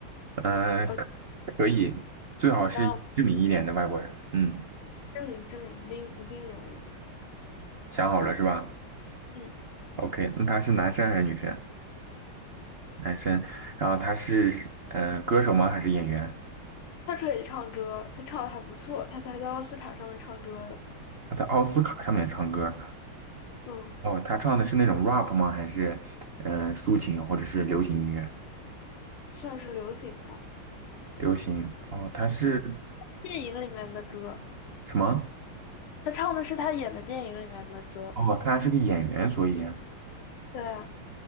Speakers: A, on the right; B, on the left.
A: 嗯、
B: 我
A: 可以，最好是知名一点的外国人。
B: 那我
A: 嗯，
B: 证明证明，一定一定有名。
A: 想好了是吧
B: 嗯，
A: ？OK，那他是男生还是女生？男生。然后他是嗯、呃歌手吗？还是演员？
B: 他可以唱歌，他唱的还不错，他才在奥斯卡上面唱歌的。
A: 他在奥斯卡上面唱歌。
B: 嗯，
A: 哦，他唱的是那种 rap 吗？还是嗯、呃抒情或者是流行音乐？
B: 算是流行吧，
A: 流行。哦，他是
B: 电影里面的歌。
A: 什么？
B: 他唱的是他演的电影里面的歌。
A: 哦，他是个演员，所以
B: 对啊，